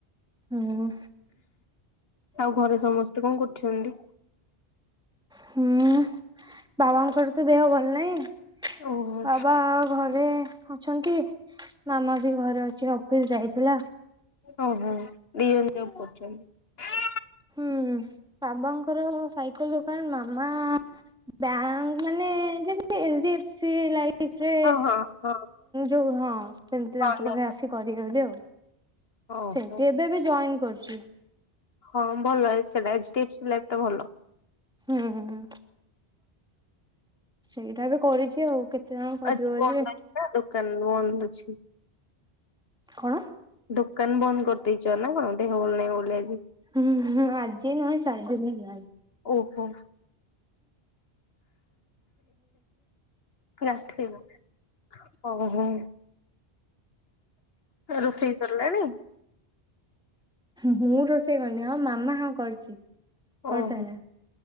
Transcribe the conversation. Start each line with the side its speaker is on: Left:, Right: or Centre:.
Centre: ହୁଁ।
Left: ଆଉ ଘରେ ସମସ୍ତେ କଣ କରୁଛନ୍ତି?
Centre: ହୁଁ ବାବାଙ୍କର ତ ଦେହ ଭଲ ନାହିଁ।
Left: ଓହୋ
Centre: ବାବା ଘରେ ଅଛନ୍ତି ମାମା ବି ଘରେ ଅଛି। ଅଫିସ ଯାଇଥିଲା।
Left: ଓହୋ ବି ଦିଜଣ ଜବ କରୁଛନ୍ତି।
Centre: ହୁଁ ବାବାଙ୍କର ସାଇ କଲ ଦୋକାନ ମାମା ବ୍ୟାଙ୍କ ମାନେ ଯେମତି ଏଚ ଡି ଏଫ ସି ଲାଇ ଫରେ
Left: ହଁ ହଁ ହଁ
Centre: ଯୋଉ ହଁ ସେମିତି
Left: ହଁ
Centre: ତାଙ୍କ ପାଖେ ଆସି କରିବେ ବୋଲି ଆଉ
Left: ଓହୋ
Centre: ସେନ୍ତି ଏବେ ବି ଜଏନ୍ କରୁଛି।
Left: ହଁ ଭଲଟା ଭଲ ଏଚ ଡି ଏଫ ସି ଲାଇଫଟା ଭଲ। ହଁ
Centre: ହୁଁ ହୁଁ ସେଇଟା ବି କରିଛି ଆଉ କେତେ ଜଣ କରିବ
Left: ଆଜି
Centre: ବୋଲି?
Left: ବନ୍ଦ ଅଛି ନା ଦୋକାନ ବନ୍ଦ ଅଛି।
Centre: କଣ?
Left: ଦୋକାନ ବନ୍ଦ କରିଦେଇଛ ନା କଣ ଦେହ ଭଲ ନାହିଁ ବୋଲି ଆଜି।
Centre: ହୁଁ ହୁଁ ଆଜି ନୁହଁ ଚାରଦିନ ହେଲାଣି।
Left: ଓହୋ ଆସିବୁ ହଉ ହଉ। ରୋଷେଇ ସରିଲାଣି।
Centre: ମୁଁ ରୋଷେଇ କରିନି ହଁ ମାମା ହଁ କରିଛି। କରିସାରିଲାଣି।
Left: ଓହୋ